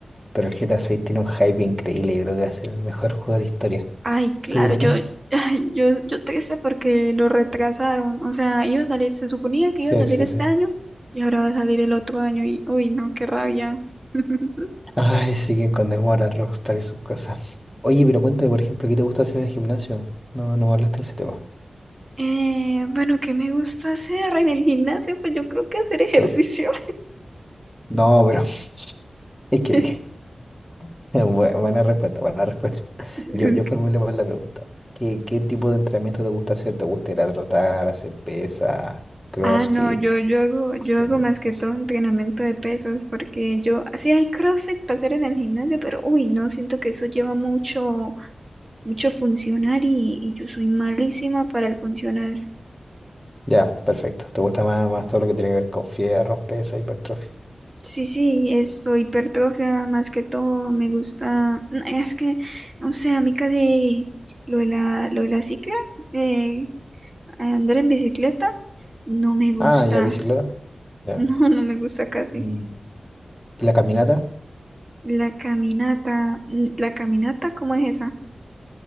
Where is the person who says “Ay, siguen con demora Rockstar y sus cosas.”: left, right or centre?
Centre